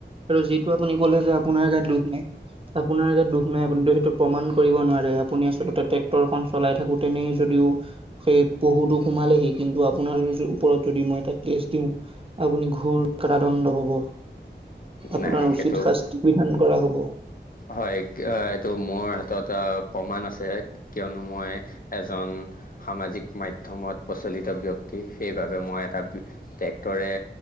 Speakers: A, on the right; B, on the left.
A: আৰু যিটো। আপুনি ক'লে যে আপোনাৰ গাত দুখ নাই। আপোনাৰ গাত দুখ নাই আপুনি সেইটো প্ৰমাণ কৰিব নোৱাৰে আপুনি আচলতে ট্ৰেক্টৰ। চলাই থাকোতেনেই যদিও সেই পহুতটো সোমালেহি কিন্তু আপোনাৰ ওপৰত যদি মই এটা কেছ দিওঁ আপুনি ঘুৰ কাৰাদণ্ড পাব আপোনাৰ
B: নাই
A: উচিত
B: সেইটো
A: শাস্তি বিধান। কৰা হ'ব।
B: হয় এইটো মোৰ হাতত প্ৰমাণ আছে কিয়নো মই এ। এজন সামাজিক মাধ্যমত প্ৰচলিত ব্যক্তি সেইবাবে মই এটা। ট্ৰেক্টৰে